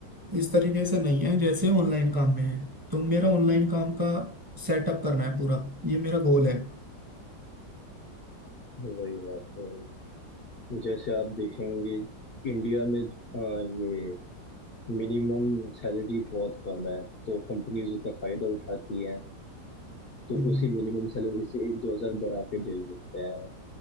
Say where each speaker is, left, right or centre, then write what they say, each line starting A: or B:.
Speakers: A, on the right; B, on the left.
A: इस तरीके से नहीं है जैसे ऑनलाइन काम में है तो मेरा ऑनलाइन काम का सेटअप करना है पूरा ये मेरा गोल है
B: हैं वही बात है जैसे आप देखेंगे इंडिया में अ, ये मिनिमम सैलरी बहुत कम है तो कंपनीज उसका फायदा उठाती हैं तो
A: हम्म,
B: उसी मिनिमम सैलरी से एक दो हजार बढ़ा के दे देते हैं